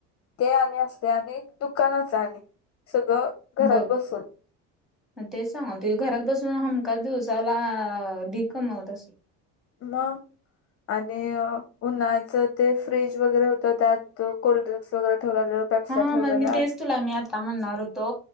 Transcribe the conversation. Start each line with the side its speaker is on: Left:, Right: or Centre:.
Left: ते आणि असते आणि दुकानचा आणि सगळं घरात
Centre: बघ.
Left: बसून
Centre: म तेच सांगालते घरात बसून हमखास दिवसाला ढीग कमवत असल.
Left: म. आणि उन्हाळचं ते फ्रीज वगैरे होतं त्यात कोल्ड्रिंक्स वगैरे ठेवलेलं. पेप्स्या
Centre: हा
Left: ठेवलेला
Centre: मग मी, तेच तुला मी आता म्हणणार होतो.